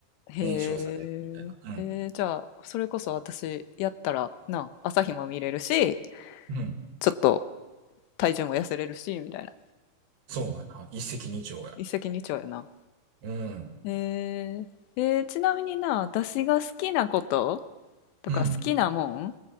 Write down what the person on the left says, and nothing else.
へえ、
えー、じゃあそれこそ私やったらな朝日も見れるし
ちょっと体重も痩せれるしみたいな
一石二鳥やな
えー、えーちなみにな私が好きなこととか好きなもん